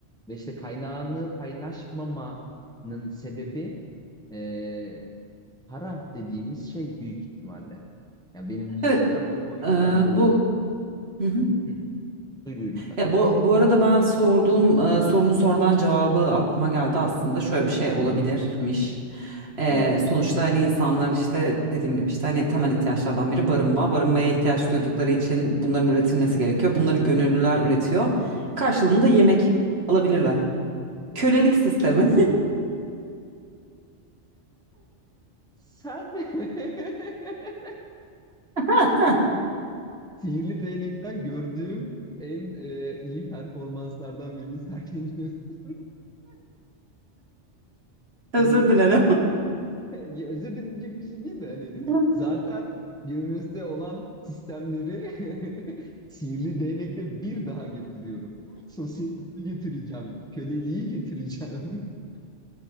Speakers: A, in the centre; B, on the right.
A: Ve işte kaynağını paylaşmamanın sebebi e, para dediğimiz şey büyük ihtimalle. Yani benim bir
B: Evet,
A: düşüncem bu. O yüzden
B: eee, bu
A: dolayı.
B: hı hı.
A: Hı, buyur buyur lütfen.
B: Ya bu, bu arada ben sorduğum e, sorunun sonradan cevabı aklıma geldi aslında şöyle bir şey olabilirmiş. E,
A: Nasıl?
B: sonuçta hani insanlar işte dediğim gibi işte hani temel ihtiyaçlardan biri barınma. Barınmaya ihtiyaç
A: Hı hı.
B: duydukları için bunların üretilmesi gerekiyor. Bunları gönüllüler üretiyor. Karşılığında
A: hı hı.
B: yemek alabilirler. Kölelik sistemi.
A: <laughs> Sen <laughs>
B: <laughs>
A: sihirli değnekten gördüğüm en e, iyi performanslardan birini sergiliyorsun. <laughs>
B: Özür
A: Hani
B: dilerim.
A: Ya, özür dilenecek bir şey değil de hani
B: <laughs>
A: zaten günümüzde olan sistemleri <laughs> sihirli değnekle bir daha getiriyorum. Sosyalizmi getireceğim, köleliği getireceğim. <laughs>